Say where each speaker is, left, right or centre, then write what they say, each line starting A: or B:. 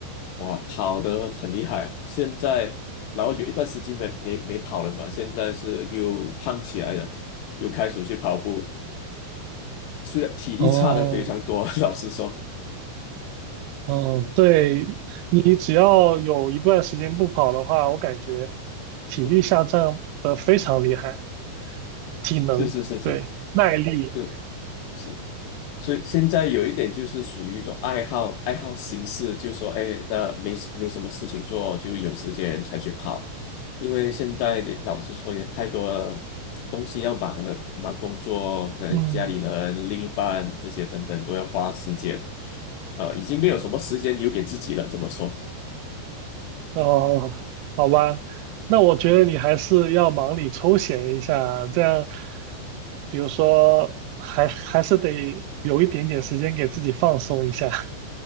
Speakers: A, on the left; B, on the right.
A: 哇跑得很厉害，现在然后有一段时间没没没跑了嘛，现在是又胖起来了，又开始去跑步。虽然体力差的非常多，
B: 哦
A: <laughs> 老实说，
B: 哦，对，你只要有一段时间不跑的话，我感觉体力下降的非常厉害，
A: 嗯，
B: 体能，
A: 是是是是，
B: 对，耐力，
A: 对是，所以现在有一点就是属于一种爱好爱好形式，就说哎，那没没什么事情做，就有时间才去跑，因为现在的老实说也太多东西要忙了，忙工作，可能家里人、
B: 嗯
A: 另一半这些等等都要花时间，呃，已经没有什么时间留给自己了，
B: 嗯，
A: 这么说。
B: 哦，好吧，那我觉得你还是要忙里抽闲一下，这样，比如说还还是得留一点点时间给自己放松一下。<laughs>